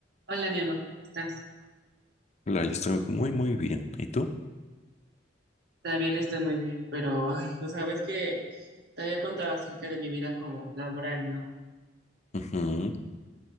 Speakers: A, on the right; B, on the left.
A: Hola, mi amor, ¿cómo estás?
B: Hola, yo estoy muy, muy bien. ¿Y tú?
A: También estoy muy bien, pero, ay, o sabes que te había contado acerca de mi vida como laboral, ¿no?
B: Ujú.